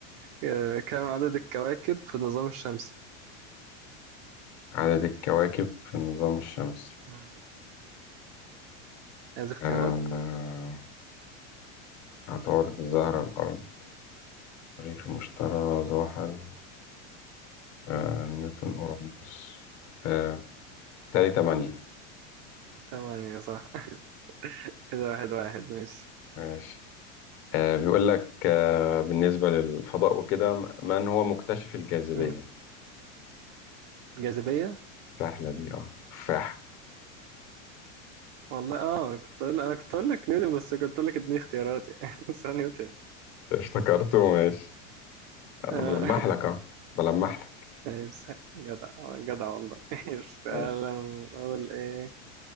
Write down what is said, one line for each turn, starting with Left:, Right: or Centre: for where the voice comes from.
Right: آه، كم عدد الكواكب في النظام الشمسي
Left: عدد الكواكب في النظام الشمسي
Right: مم. عايز اختيارات
Left: آه، عطارد الزهرة الأرض مريخ المشتري زحل آه، نيوتن أورانوس آه، تالي تمانية
Right: تمام يا صح <laughs> كده واحد واحد ماشي
Left: ماشي آه، بيقول لك آه، بالنسبة للفضاء وكده م- من هو مكتشف الجاذبية
Right: مم. الجاذبيه
Left: سهلة دي اه تفاح
Right: والله اه كنت أقول... انا كنت اقول لك نيوتن بس كنت اقول لك اديني اختياراتي <laughs> بس هو نيوتن
Left: افتكرته ماشي أنا
Right: آه،
Left: بلمح لك اه بلمح لك
Right: <laughs> ماشي جدع جدع والله <laughs> ماشي، تعالى
Left: ماشي
Right: نقول ايه